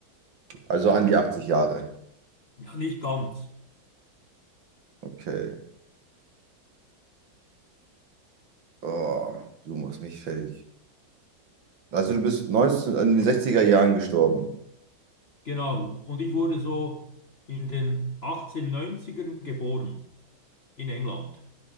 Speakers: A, on the right; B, on the left.
A: also an die 80 Jahre.
B: Ja, nicht ganz.
A: Okay. Oh, du machst mich fertig. Also du bist 19, in den 60er Jahren gestorben.
B: Genau. Und ich wurde so in den 1890ern geboren in England.